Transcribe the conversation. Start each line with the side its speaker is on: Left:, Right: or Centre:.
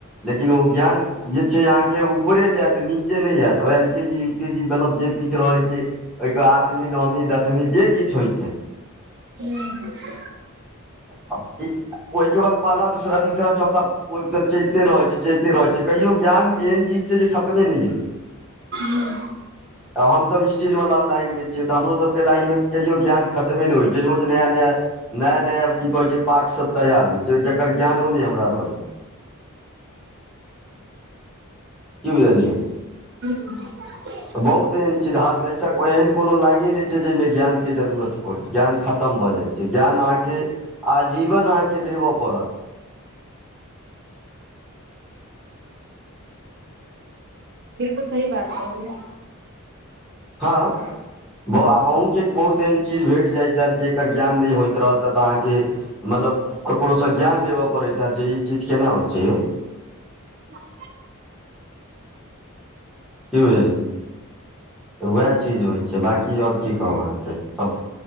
Centre: लेकिन ओ ज्ञान जे छै अहाँके ऊपरे जायत नीचे नहि जायत ओएहल के मतलब जे किछु रहै छै ओहिके आठवीं नओवीं दसमी जे किछु होइ छै
Right: हूं
Centre: अबि <inaudible> ओहिके बाद पाला दूसरा तीसरा चौथा चलिते रह छै चलिते रहैत छै कहियो ज्ञान एहन चीज से जे खत्मे नहि आय
Right: हुँ
Centre: आब हमसभ स्टीजवला लाइनमे छियै तऽ हमरोसभके लाइनमे कहियओ ज्ञान खतमे नहि होइ छै रोज नया नया नया नया आब की कहैत छै पाठसभ तैयार होइत छै जकर ज्ञानो नहि हमरा रहैए की बुझलियै
Right: ह <inaudible>
Centre: बहुत एहन चीज आहां के एहन कोनो लाइने नइ छै जाइमे ज्ञानके जरूरत होत ज्ञान खतम भऽ जाइ जे ज्ञान अहाँके आजीवन अहाँके लेबऽ पड़त
Right: बिल्कुल सही बात कहलिए
Centre: हाँ बौआ अहूँके बहुत एहन चीज भेट जाइत हैत जेकर ज्ञान नइ होइत रहततऽ अहाँकेँ मतलब ककरोसँ ज्ञान लेबय पड़ैत ह जे ई चीज केना होइत छै यौ
Right: न <inaudible>
Centre: की बुझलियै तऽ उएह चीज होइ छै बाँकी और की कहु अहाँके सब